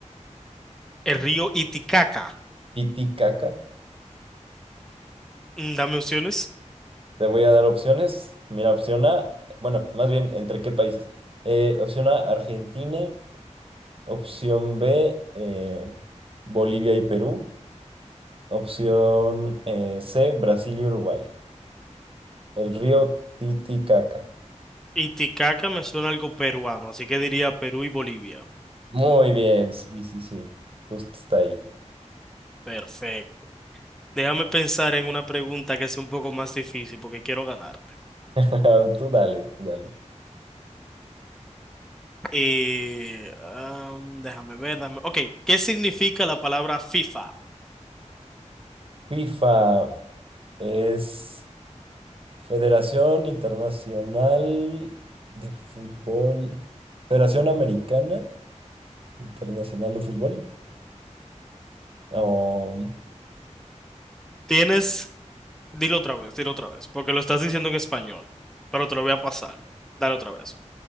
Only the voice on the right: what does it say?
Titicaca.
Te voy a dar opciones. Mira, opción A, bueno, más bien, ¿entre qué países? Eh, opción A, Argentina. Opción B, eh, Bolivia y Perú. Opción eh, C, Brasil y Uruguay. El río Titicaca.
Muy bien, sí, sí, sí. Justo está ahí.
<laughs> Tú dale, tú dale.
FIFA es Federación Internacional de Fútbol. Federación Americana Internacional de Fútbol. o